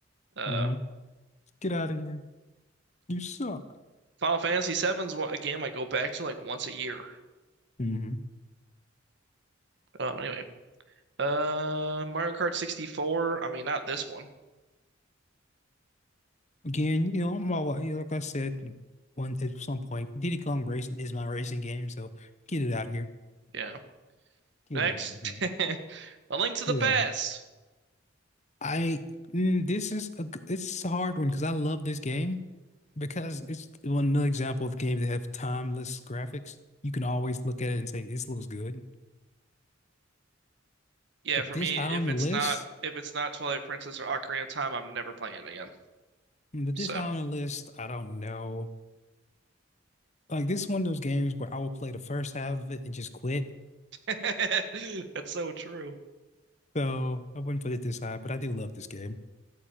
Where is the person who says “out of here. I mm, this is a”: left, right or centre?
Left